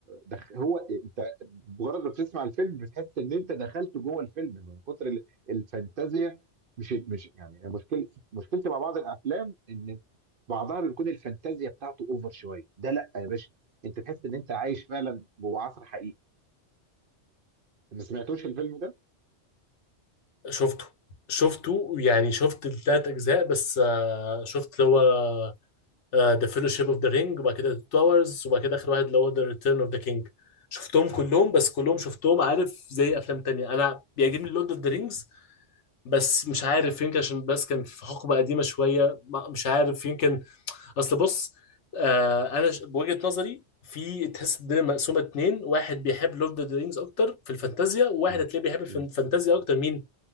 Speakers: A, on the right (about 55°); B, on the left (about 75°).
A: دخ... هو انت مجرد ما بتسمع الفيلم بتحس ان انت دخلت جوه الفيلم من كتر ال- الفانتازيا مش مش يعني مشكلة مشكلتي مع بعض الافلام ان بعضها بتكون الفانتازيا بتاعته اوفر شوية ده لا يا باشا انت تحس ان انت عايش فعلا جوه عصر حقيقي ما سمعتوش الفيلم ده؟
B: شفته شفته يعني شفت التلات اجزاء بس آه، شفت اللي هو ذا فيلوشيب اوف ذا رينج وبعد كده ذا تاورز وبعد كده اخر واحد اللي هو ذا ريتيرن اوف ذا كينج شفتهم كلهم بس كلهم شفتهم عارف زي افلام تانية انا بيعجبني لورد اوف ذا رينجز بس مش عارف يمكن عشان بس كان في حقبة قديمة شوية ما- مش عارف يمكن اصل بص آه انا ش- بوجهة نظري في تحس الدنيا مقسومة اتنين واحد بيحب لورد اوف ذا رينجز اكتر في الفانتازيا وواحد
A: مم.
B: هتلاقيه بيحب الفن-
A: مم.
B: الفانتازيا اكتر مين